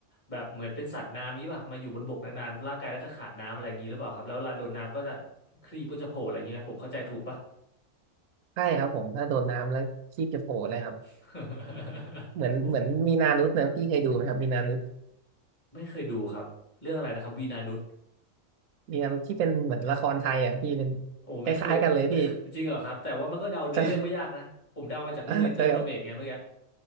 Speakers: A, on the left; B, on the right.
A: แบบเหมือนเป็นสัตว์น้ำงี้ป่ะมาอยู่บนบกนานๆร่างกายก็จะขาดน้ำอะไรอย่างนี้หรือเปล่าครับแล้วเวลาโดนน้ำก็จะครีบก็จะโผล่อะไรอย่างนี้ไหมผมเข้าใจถูกป่ะ
B: ใช่ครับผมถ้าโดนน้ำแล้วชีพจะโผล่เลยครับ
A: <laughs>
B: เหมือนเหมือนมีนานุษย์นะพี่เคยดูไหมครับมีนานุษย์
A: โอ้ไม่เคยดูครับเรื่องอะไรนะครับวีนานุช
B: เรียมที่เป็นเหมือนละครไทยอ่ะพี่เป็น
A: โอ้ไม่เคยไม่เคยจริงเหรอครับแต่ว่ามันก็เดาเนื้อเรื่องไม่ยากนะผมเดามาจากเรื่อง
B: คล้ายๆกันเลยพี่ <laughs> ใช่เออจะแบบ
A: Little Mermaid ไงเมื่อกี้